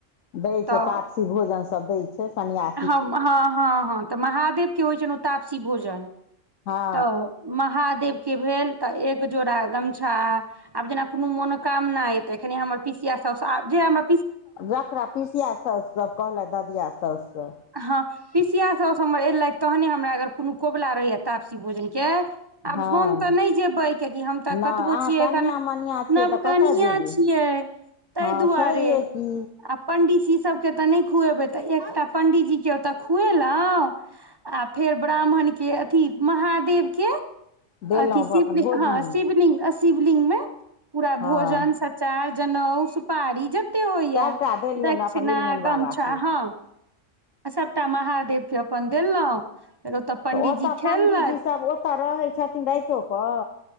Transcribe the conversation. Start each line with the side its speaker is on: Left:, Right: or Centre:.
Left: दै
Right: तऽ
Left: छै तापसी भोजन सब दै छै सनिया
Right: हम हँ हँ हँ त महादेव के होइ छनि ओ तापसी भोजन
Left: हँ
Right: त महादेव के भेल त एक जोड़ा गमछा आब जेना कोनो मोनोकामना यै त एखने हमर पीसिया साउस आब जे हमर
Left: जकरा पीसिया साउस सब कहलथि ददिया साउस सभ
Right: हँ पीसिया सउस हमर ऐलथि तहने हमरा अगर कोनो कोबला रहैया तापसी भोजनके आब
Left: हँ
Right: हम त नहि जेबै कियाकि हम त
Left: नहि
Right: कतबो
Left: अहाँ
Right: छियै
Left: कनिया
Right: एखन
Left: मनिया छियै
Right: नवकनिया
Left: तऽ कतऽ जेबै
Right: छियै ताहि
Left: हँ
Right: दुआरे
Left: छैहे की।
Right: आ पंडीजी सबके त नहि खुएबै त एकटा पंडीजी के ओतऽ खुएलहुँ आ फेर ब्राह्मण के अथी महादेव के
Left: देलहुँ
Right: अथी शिवली
Left: अपन भोजनी
Right: हँ शिवलिंग अस् शिवलिंग मे पूरा
Left: हँ
Right: भोजन, सचार, जनउ, सुपारी जे ते होइयै
Left: सभटा देलियनि
Right: दक्षिणा,
Left: अपन नीलमणि बाबाके
Right: गमछा हँ आ सबटा महादेव के अपन देलहुँं फेर ओतऽ पंडीजी
Left: त ओतऽ पंण्डीजी
Right: खेललथि
Left: सब ओतऽ रहै छथिन रैतो कऽ?